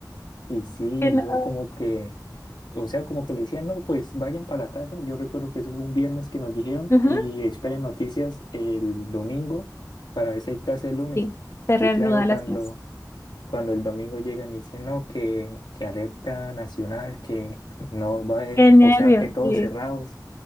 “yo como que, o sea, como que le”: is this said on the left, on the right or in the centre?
Left